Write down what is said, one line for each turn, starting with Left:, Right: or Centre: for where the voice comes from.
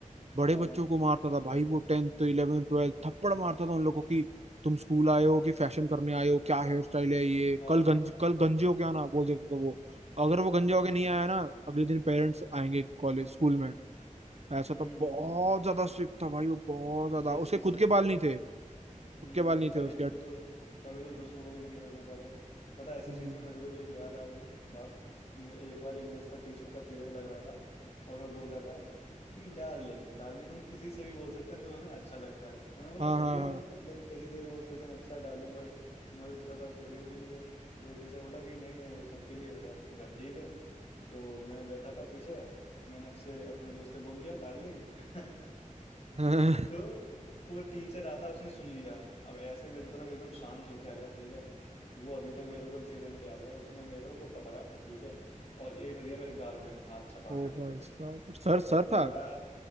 Right: बड़े
Left: हाँ
Right: बच्चों
Left: हाँ हाँ
Right: को मारता था भाई वो टेंथ इलेवन ट्वेल्थ थप्पड़ मारता था उन लोगों की तुम स्कूल आए हो कि फैशन करने आए हो क्या हेयर स्टाइल है ये
Left: हाँ
Right: कल गंज
Left: हाँ,
Right: कल गंजे हो क्या ना बोल देता था वो अगर वो गंजा होके
Left: हाँ,
Right: नहीं आया ना अगले दिन पेरेंट्स आएंगे कॉलेज स्कूल में ऐसा तो
Left: हम्म
Right: बहुत ज्यादा स्ट्रिक्ट था भाई वो बहुत ज्यादा
Left: इस
Right: उसके
Left: चीज
Right: खुद
Left: से
Right: के बाल नहीं थे खुद
Left: हम्म
Right: के बाल नहीं
Left: तभी
Right: थे उसके
Left: तभी तो तभी तो दूसरों को भी गंदा करना चाहता है पता है ऐसी
Right: हम्म,
Left: चीज से मेरे को भी एक याद आई बात ज- एक बार इंग्लिश का टीचर का पीरियड लग रहा था और वो बोल रहा था कि डार्लिंग डार्लिंग हम किसी से भी बोल सकते हैं जो हमें अच्छा लगता है मैंने बोला
Right: हाँ
Left: सही
Right: हाँ
Left: है मतलब किसी से भी बोल सकते हैं अच्छा है डार्लिंग वर्ड मुझे तो लगता है बस लड़कियों के लिए है फिर वो टीचर बोला कि नहीं नहीं वो सबके लिए होता है मैंने कहा ठीक है तो मैं बैठा था पीछे मैंने आपसे अपने दोस्त से बोल दिया डार्लिंग <laughs>
Right: हाँ <laughs>
Left: तो वो टीचर आता उसने सुन लिया अब ऐसे मेरी तरफ एकदम शांत होके आया ठीक है वो अभी तक मेरे को इंसिडेंट याद है उसने मेरे को पकड़ा ठीक है और एक दिया मेरे गाल में हाथ छपा
Right: ओ
Left: के पूरा
Right: भाई साहब सर सर था
Left: मेरा